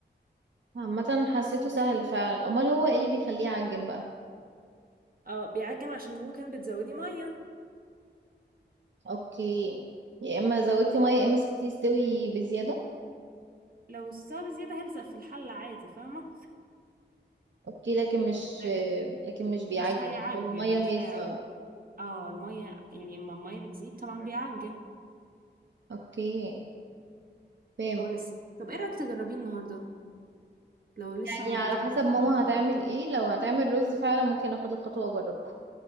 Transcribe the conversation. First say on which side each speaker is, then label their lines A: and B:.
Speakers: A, on the right; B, on the right.
A: فهمت عامه حسيته سهل فعلا امال هو ايه اللي بيخليه يعجن بقى
B: اه بيعجن عشان ممكن بتزودي مية
A: اوكي يا اما زودتي ميه يا اما سبتيه يستوي بزياده
B: لو استوى بزيادة هيلزق في الحلة عادي فاهمة
A: اوكي لكن مش
B: لكن
A: لكن مش بيعجن
B: مش هيعجن
A: هو الميه
B: مش
A: هي
B: هيعجن
A: السبب
B: اه المية يعني اما المية بتزيد طبعا بيعجن
A: اوكي فاهم
B: هو لسه طب ايه رأيك تجربيه النهارده لو لسه
A: يعني
B: ما عملتوش
A: على حسب
B: النهاردة؟
A: ماما هتعمل ايه لو هتعمل رز فعلا ممكن اخد الخطوه واجربه